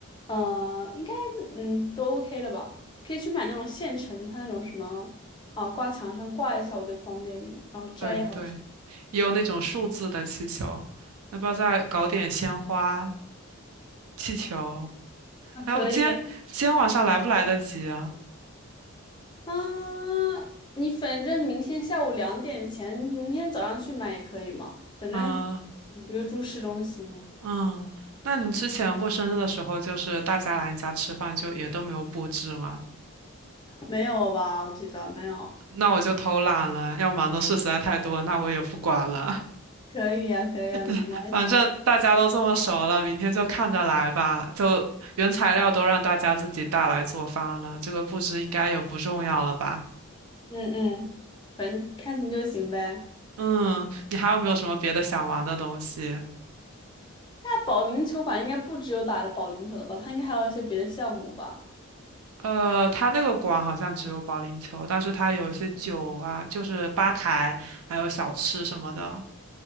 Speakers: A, on the left; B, on the right.
A: 嗯、呃，应该嗯都 OK 了吧，可以去买那种现成的，它那种什么啊挂墙上挂一下，我觉得方便一点，然后摘也好摘。
B: 对对，也有那种数字的气球。要不要再搞点鲜花、气球？
A: 啊，
B: 哎，
A: 可以
B: 我今天今天晚上来不来得及啊？
A: 啊，你反正明天下午两点前，明天早上去买也可以嘛，反正
B: 啊、
A: 你不就住市中心吗？
B: 嗯，那你之前过生日的时候，就是大家来你家吃饭，就也都没有布置吗？
A: 没有吧？我记得没有。
B: 那我就偷懒了，要忙的事实在太多，那我也不管了。
A: 可以呀、可以呀、没关系。
B: <laughs> 反正大家都这么熟了，明天就看着来吧。就原材料都让大家自己带来做饭了，这个布置应该也不重要了吧？
A: 嗯嗯，反正开心就行呗。
B: 嗯，你还有没有什么别的想玩的东西？
A: 那保龄球馆应该不只有打保龄球的吧？它应该还有一些别的项目吧？
B: 呃，他那个馆好像只有保龄球，但是他有一些酒啊，就是吧台，还有小吃什么的。